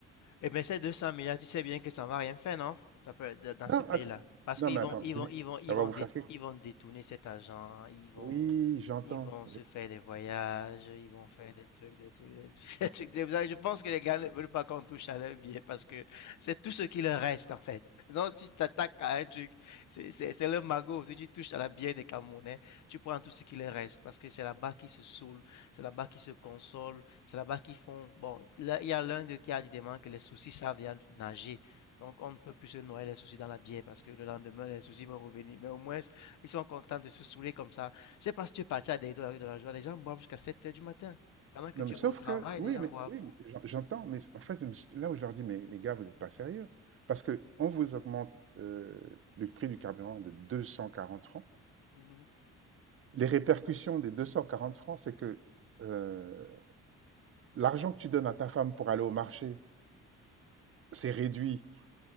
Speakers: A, on the left (about 75°); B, on the right (about 45°).
A: Eh bien, ces 200 000 là, tu sais bien que ça ne va rien faire, non? Ça peut- Dans dans ce
B: Non,
A: pays-là.
B: att-
A: Parce
B: non
A: qu'ils
B: mais
A: vont,
B: attends,
A: ils
B: je
A: vont,
B: dis,
A: ils vont,
B: ça
A: ils vont,
B: va vous
A: dé-
B: faire quelque.
A: ils
B: chose.
A: vont détourner cet argent, ils vont,
B: Oui, j'entends.
A: ils vont se faire des voyages, ils vont faire des trucs, des trucs, des trucs, <laughs> des trucs. des trucs. Je pense que les gars ne veulent pas qu'on touche à leur bien parce que c'est tout ce qui leur reste, en fait. <laughs> Donc, si tu t'attaques à un truc, c'est, c'est, c'est le magot. Si tu touches à la bière des Camerounais, tu prends tout ce qui leur reste parce que c'est là-bas qu'ils se saoulent, c'est là-bas qu'ils se consolent, c'est là-bas qu'ils font. Bon, là, il y a l'un d'eux qui a dit demain que les soucis savent bien nager. Donc, on ne peut plus se noyer les soucis dans la bière parce que le lendemain, les soucis vont revenir. Mais au moins, ils sont contents de se saouler comme ça. Je ne sais pas si tu es parti à des de la rue de la joie. Les gens boivent jusqu'à 7 heures du matin. Pendant que
B: Non,
A: tu
B: mais sauf
A: vas au travail,
B: que, oui,
A: les gens
B: mais
A: boivent.
B: oui, mais j'en- j'entends, mais en fait, là où je leur dis, mais les gars, vous n'êtes pas sérieux, parce que on vous augmente euh, le prix du carburant de 240 francs.
A: Mhm.
B: Les répercussions des 240 francs, c'est que euh, l'argent que tu donnes à ta femme pour aller au marché, c'est réduit.